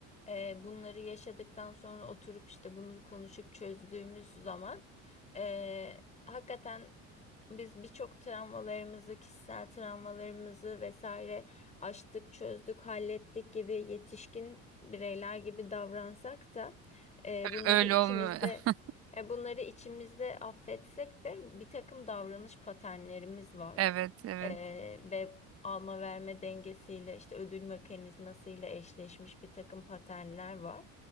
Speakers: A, on the left; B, on the right.
A: e, bunları yaşadıktan sonra oturup işte bunu konuşup çözdüğümüz zaman e, hakikaten biz birçok travmalarımızı, kişisel travmalarımızı vesaire aştık, çözdük, hallettik gibi yetişkin bireyler gibi davransak da e, bunları
B: Öyle
A: içimizde
B: olmuyor. <laughs>
A: e, bunları içimizde affetsek de bir takım davranış paternlerimiz var.
B: Evet, evet.
A: Ee, ve alma verme dengesiyle işte ödül mekanizmasıyla eşleşmiş bir takım paternler var.